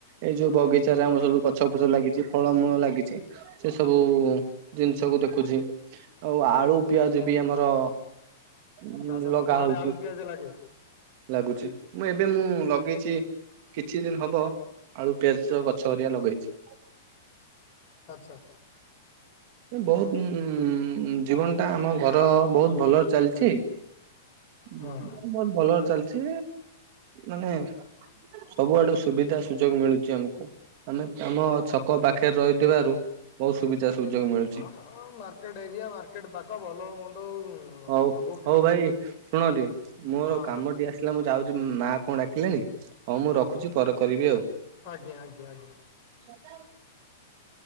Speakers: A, on the right (about 50°); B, on the left (about 40°).
A: ଏଇ ଯୋଉ ବଗିଚାରେ ଆମର ସବୁ ଗଛ ଫଛ ଲାଗିଚି ଫଳମୂଳ ଲାଗିଚି ସେ ସବୁ ଜିନିଷକୁୁ ଦେଖୁଚି ଆଉ ଆଳୁ ପିଆଜ ବି ଆମର ଉ
B: ଆଚ୍ଛା
A: ଲଗା
B: ତମ ଆଡ଼େ
A: ହଉଚ
B: ଆଳୁ ପିଆଜ ଲାଗେ
A: ଲାଗୁଚି ମୁଁ ଏବେ ଏବେ ମୁଁ ଲଗେଇଛି କିଛି ଦିନ ହବ ଆଳୁ ପିଆଜ ଗଛ ହରିଆ ଲଗେଇଚି। <inaudible>
B: ଆଚ୍ଛା।
A: ଏ ବହୁତ ଉ, ଉ, ଉ, ଜୀବନ ଟା ଆମ ଘର ବହୁତ ଭଲରେ ଚାଲିଚି।
B: ହଁ
A: ହ ବହୁତ ଭଲରେ ଚାଲିଚି ମାନେ ସବୁଆଡୁ ସୁବିଧା ସୁଯୋଗ ମିଳୁଚି ଆମକୁ। ମାନେ ଆମ ଛକ ପାଖରେ ରହିଥିବାରୁ ବହୁତ ସୁବିଧା ସୁଯୋଗ ମିଳୁଛି
B: ହଁଁ ମାର୍କେଟ ଏରିଆ ମାର୍କେଟ ପାଖ ଭଲ ମନ୍ଦ
A: ହଉ
B: ସବୁ
A: ହଉ ଭାଇ ଶୁଣ ଟିକେ ମୋର
B: ହଁ
A: କାମଟି ଆସିଲା ମୁଁ ଯାଉଚି ମା କଣ ଡାକିଲାଣି ହଁ ମୁଁ ରଖୁଛି ପରେ କରିବି ଆଉ।
B: ଆଜ୍ଞା ଆଜ୍ଞା ଆଜ୍ଞା।
A: <unintelligible>